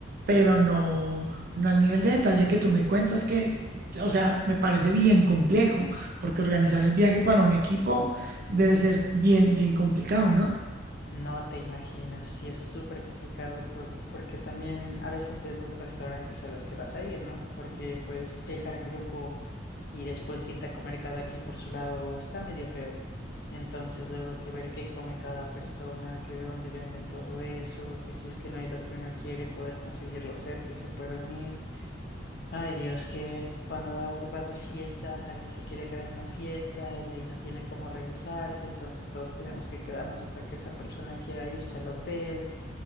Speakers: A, on the right; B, on the left.
A: pero no, no al nivel de detalle que tú me cuentas que... O sea, me parece bien complejo, porque organizar el viaje para un equipo debe ser bien, bien complicado, ¿no?
B: No te imaginas, sí es súper complicado por- porque también a veces ves los restaurantes a los que vas a ir, ¿no? Porque pues viajar en grupo y después irte a comer cada quien por su lado está medio feo. Entonces luego que ver qué come cada persona, que dónde venden todo eso, que si es que no hay lo que uno quiere, poder conseguirlo cerca y se pueda unir. Ay Dios, que cuando vas, vas de fiesta, alguien se quiere quedar en la fiesta y de ahí no tiene cómo regresarse, entonces todos tenemos que quedarnos hasta que esa persona quiera irse al hotel,